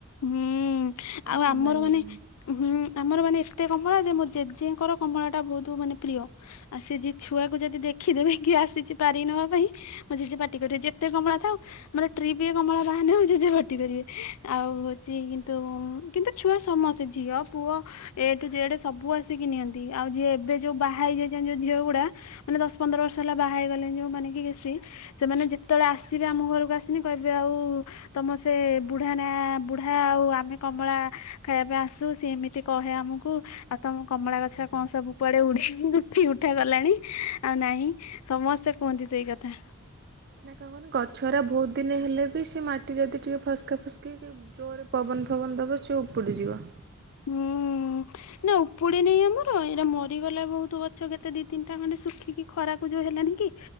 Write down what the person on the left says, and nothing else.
ହୁଁ ଆଉ
ଆମର ମାନେ
ହୁଁ। ଆମର ମାନେ ଏତେ କମଳା ଯେ ମୋ ଜେଜେଙ୍କର କମଳା ଟା ବହୁତ ମାନେ ପ୍ରିୟ। ଆଉ ସେ ଯିଏ ଛୁଆକୁ ଯଦି ଦେଖିଦେବେ କି ଆସିଛି ପାରି ନବା ପାଇଁ ମୁଁ ଜେଜେ ପାଟି କରିବେ ଯେତେ କମଳା ଥାଉ ଆମର ଟ୍ରିପିଏ କମଳା ବାହାରିନେ ମୋ ଜେଜେ ପାଟି କରିବେ। ଆଉ ହେଉଚି କିନ୍ତୁ, କିନ୍ତୁ ଛୁଆ ସମସ୍ତେ ଝିଅ, ପୁଅ ଏ ଠୁ ଯେଡ଼େ ସବୁ ଆସିକି ନିଅନ୍ତି। ଆଉ ଯିଏ ଏବେ ଯୋଉ ବାହା ହେଇଯାଇଚନ୍ତି ଯୋଉ ଝିଅ ଗୁଡା ମାନେ ଦଶ ପନ୍ଦର ବର୍ଷ ହେଲା ବାହା ହେଇଗଲେଣି ଯୋଉମାନେ କି ବେଶୀ ସେମାନେ ଯେତେବେଳେ ଆସିବେ ଆମ ଘରକୁ ଆସିନେ କହିବେ ଆଉ ତମ ସେ ବୁଢା ନା ବୁଢା ଆଉ ଆମେ କମଳା ଖାଇବା ପାଇଁ ଆସୁ ସେ ଏମିତି କହେ ଆମକୁ ଆଉ ତମ କମଳା ଗଛରେ କଣ ସବୁ କୁଆଡେ ଉଡେଇ ଉଠି ଉଠା ଗଲାଣି, ଆଉ ନାଇଁ ସମସ୍ତେ କୁହନ୍ତି ସେଇ କଥା।
ହୁଁ। ନା ଉପୁଡି ନି ଆମର ଏଇଟା ମରିଗଲା ବହୁତ ଗଛ କେତେ ଦି ତିନିଟା ଖଣ୍ଡେ ଶୁଖିକି ଖରାକୁ ଯୋଉ ହେଲାନି କି